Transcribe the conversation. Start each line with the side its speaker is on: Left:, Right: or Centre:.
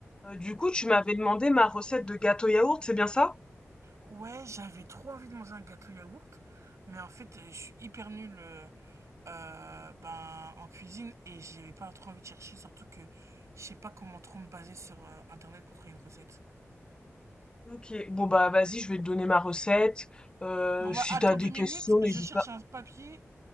Left: Euh, du coup, tu m'avais demandé ma recette de gâteau yaourt, c'est bien ça?
Right: Ouais, j'avais trop envie de manger un gâteau yaourt, mais en fait, je suis hyper nul euh, euh, ben, en cuisine et j'avais pas trop envie de chercher, surtout que je sais pas comment trop me baser sur euh, Internet pour trouver une recette.
Left: Ok, bon bah vas-y, je vais te donner ma recette. Euh,
Right: Bon bah
Left: si
Right: attends
Left: t'as
Right: deux
Left: des
Right: minutes,
Left: questions,
Right: je
Left: n'hésite
Right: cherche
Left: pas.
Right: un papier.